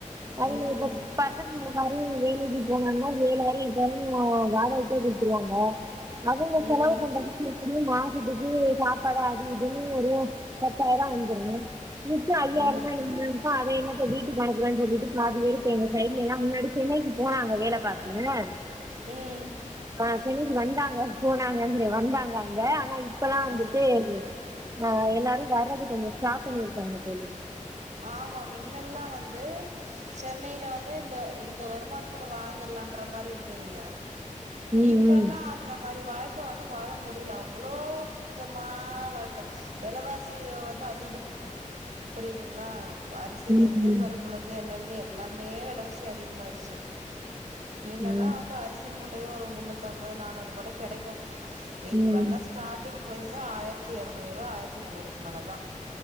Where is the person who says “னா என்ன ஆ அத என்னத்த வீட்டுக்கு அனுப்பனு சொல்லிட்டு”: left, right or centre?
Right